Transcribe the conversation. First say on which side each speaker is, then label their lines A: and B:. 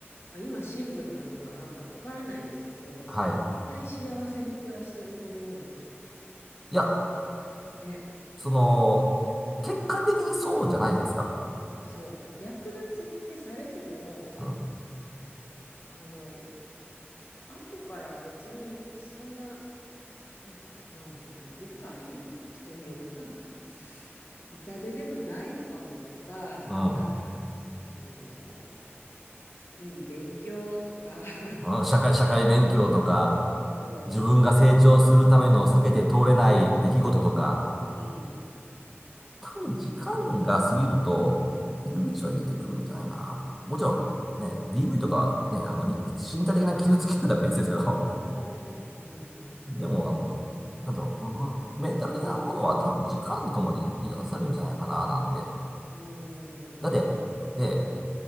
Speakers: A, on the left; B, in the centre.
A: まあ、今シングルなのかなんかわからないですけど、絶対幸せに暮らしてると思うよ。
B: はい。いや、
A: ね。
B: その、結果的にそうじゃないですか。
A: そう、略奪ってされても、
B: うん。
A: あの、後から別にそんな、なんだろう、まあまあ、いるか、いる人によるか、痛手でもないのかもとか、
B: うん。
A: なんか、あの、いい勉強とか、<laughs>
B: うん、社会、社会勉強とか、
A: そ
B: 自分が成長するための避けて通れない出来事とか、
A: う、うん、
B: 多分時間が過ぎると、傷口は癒えてくるんじゃないかな。もちろん、
A: ね、
B: ね、DV とか、ね、あの、に身体的な傷つけられたら別ですけど、
A: あ、ダメダメ、うん
B: <laughs> でも、
A: うん
B: あの、なんだろう、ま、メンタル的なものは多分時間とともに癒されるんじゃないかな、なんて。
A: うん、
B: だって、
A: うん、
B: で、